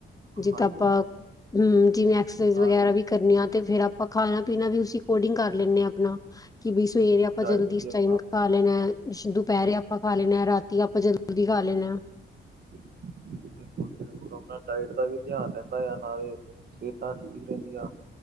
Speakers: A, on the left; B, on the right.
A: ਜਿੱਦਾਂ
B: ਹਾਂਜੀ
A: ਆਪਾਂ
B: ਹਾਂਜੀ
A: ਹਮ ਜਿਵੇਂ ਸਰਸਾਈਜ਼
B: ਨਾਲੇ
A: ਵਗੈਰਾ ਵੀ ਕਰਨੇ ਤੇ ਫੇਰ ਆਪਾਂ ਖਾਣਾ ਪੀਣਾ ਵੀ ਓਸੀ ਅਕਾਰਡਿੰਗ ਕਰ ਲੈਂਣੇ ਆਪਣਾ ਕਿ ਬ ਸਵੇਰੇ ਆਪਾਂ
B: ਡਾਇਟ
A: ਜਲਦੀ
B: ਵੀ
A: ਇਸ
B: ਆਪਣਾ
A: ਟਾਈਮ ਖਾ ਲੈਨਾ। ਦੁਪਹਿਰੇ ਆਪਾਂ ਖਾ ਲੈਂਣੇ ਹਾਂ ਰਾਤੀ ਆਪਾਂ ਜਲਦੀ ਖਾ ਲੈਣੇ।
B: <inaudible> ਆਪਣਾ ਡਾਇਟ ਦਾ ਵੀ ਧਿਆਨ ਰਹਿੰਦਾ ਆ ਨਾਲੇ ਸਿਹਤਾਂ ਠੀਕ ਰਹਿੰਦੀਆਂ